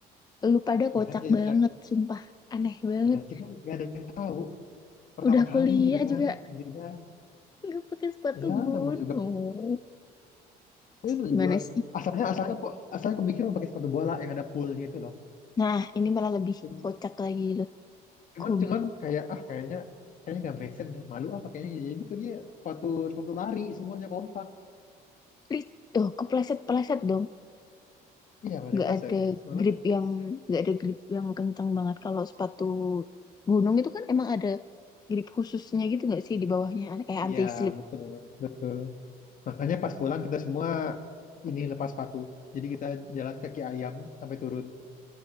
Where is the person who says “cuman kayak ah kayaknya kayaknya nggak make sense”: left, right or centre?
Left